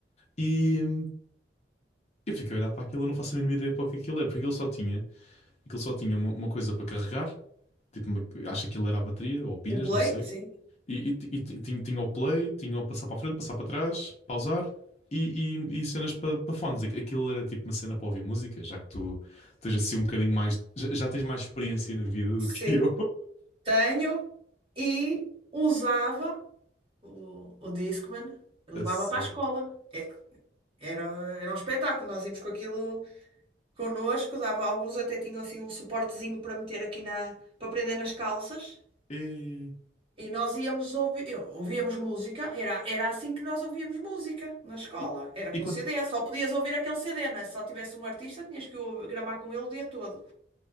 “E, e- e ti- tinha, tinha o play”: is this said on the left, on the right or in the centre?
Left